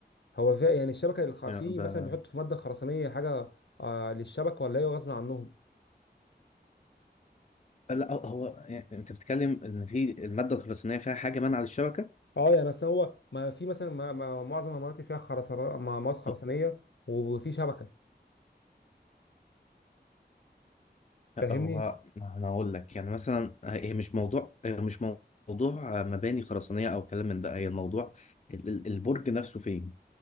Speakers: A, on the left; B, on the left.
A: هو فا- يعني الشبكه الخ-
B: يا
A: في
B: ده
A: مثلا بيحط في ماده خرسانيه حاجه آه، للشبكه ولا ايه غصب عنهم
B: لا هو هو- يعني انت بتتكلم ان في الماده الخرسانيه فيها حاجه مانعه للشبكه
A: اه يعني اصل هو ما في مثلا ما ما معظم المناطق فيها خرسانات مواد خرسانيه
B: هو
A: وفي شبكه فاهمني
B: هو- انا هقول لك يعني مثلا هي مش موضوع هي مش موضوع مباني خرسانيه او كلام من ده هي الموضوع ال- ال- البرج نفسه فين